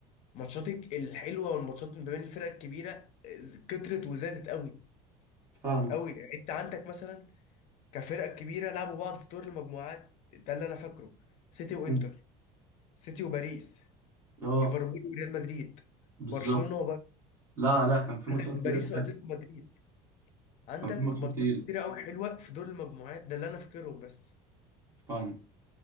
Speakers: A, on the left; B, on the right.
A: الماتشات الحلوة والماتشات ما بين الفرق الكبيرة ز- كترت وزادت قوي
B: فاهمه
A: قوي انت عندك مثلا كفرق كبيرة لعبوا بعض في دور المجموعات ده اللي انا فاكره سيتي وانتر
B: مم.
A: سيتي وباريس
B: اه
A: ليفربول وريال مدريد
B: بالظبط
A: برشلونة
B: لا لا كان في ماتشات
A: وباريس
B: تقيله فعلا
A: واتلتيكو مدريد عندك
B: كان في ماتشات
A: ماتشات
B: تقيله
A: كتيرة قوي حلوة في دور المجموعات ده اللي انا فاكرهم بس
B: فاهم